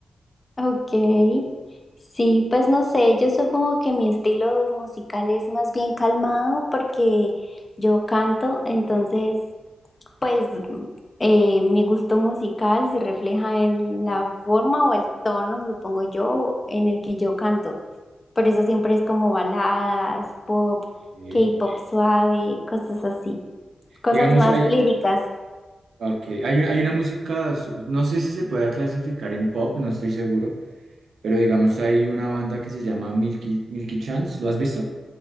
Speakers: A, on the left; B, on the right.
A: ok. Sí, pues no sé, yo supongo que mi estilo musical es más bien calmado porque yo canto, entonces Pues eh, mi gusto musical se refleja en la forma o el tono, supongo yo, en el que yo canto. Por eso siempre es como baladas, pop,
B: ¿sí?
A: K-pop suave, cosas así. Cosas
B: Digamos,
A: más
B: hay,
A: líricas.
B: okay, hay, un- hay una música, su- no sé si se pueda clasificar en pop, no estoy seguro, pero digamos, hay una banda que se llama Milky, Milky Chance, ¿lo has visto?